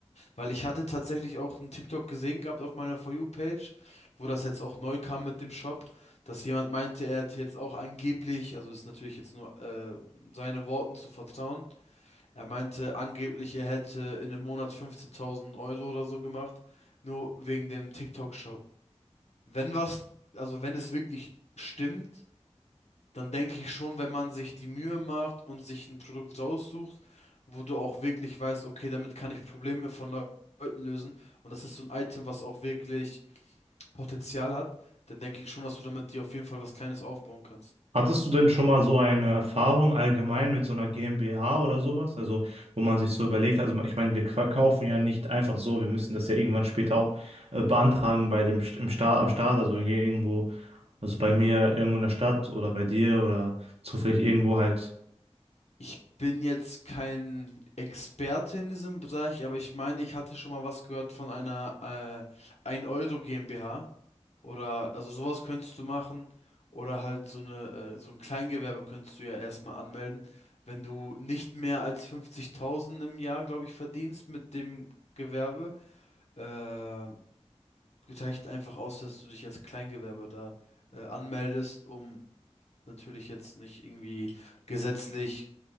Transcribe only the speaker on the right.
Hattest du denn schon mal so eine Erfahrung allgemein mit so einer GmbH oder sowas? Also, wo man sich so überlegt, also ich meine, wir verkaufen ja nicht einfach so, wir müssen das ja irgendwann später auch äh, beantragen bei dem St- im Staat, am Staat, also hier irgendwo, also bei mir irgendwo in der Stadt oder bei dir oder zufällig irgendwo halt.